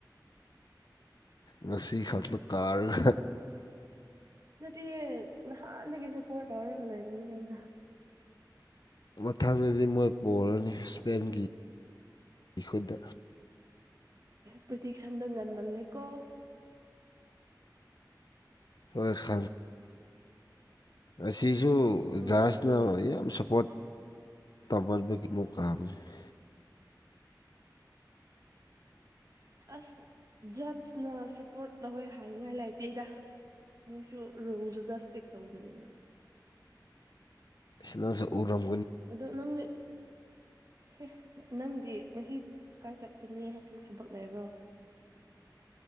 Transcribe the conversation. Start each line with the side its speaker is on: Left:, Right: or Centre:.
Left: ꯉꯁꯤ ꯈꯛꯇ ꯀꯥꯔꯒ
Right: ꯅꯠꯇꯦ ꯅꯍꯥꯟꯗꯒꯤꯁꯨ ꯄꯠ ꯇꯧꯔꯒ ꯂꯩꯕꯅꯤ ꯀꯩꯅ
Left: ꯃꯊꯪꯗꯗꯤ ꯃꯣꯏ ꯄꯣꯔꯥꯅꯤ ꯏꯁꯄꯦꯟꯒꯤ ꯈꯨꯗ
Right: ꯄ꯭ꯇꯤꯇ꯭ꯔꯤꯛ ꯁꯟꯗꯤ ꯉꯟꯃꯜꯂꯩꯀꯣ
Left: <unintelligible> ꯑꯁꯤꯁꯨ
Right: ꯎꯝ
Left: ꯖꯍꯥꯖꯅ ꯌꯥꯝ ꯁꯞꯄꯣꯔꯠ <unintelligible>
Right: ꯑꯁ ꯖꯠꯁꯅ ꯁꯞꯄꯣꯔꯠ ꯇꯧꯋꯦ ꯍꯥꯏꯅꯤꯡꯉꯥꯏ ꯂꯩꯥꯏꯇꯦꯗ ꯃꯣꯏꯁꯨ ꯔꯨꯖ ꯗꯁꯇꯦꯛ ꯇꯧꯕꯅꯤꯅ
Left: ꯁꯤꯅꯁꯨ ꯎꯔꯝ
Right: ꯑꯗꯣ ꯅꯪꯅꯦ ꯁꯤ ꯅꯪꯗꯤ ꯉꯁꯤ ꯀꯥꯏ ꯆꯠꯀꯅꯤ ꯍꯥꯏ ꯊꯕꯛ ꯂꯩꯕ꯭ꯔꯣ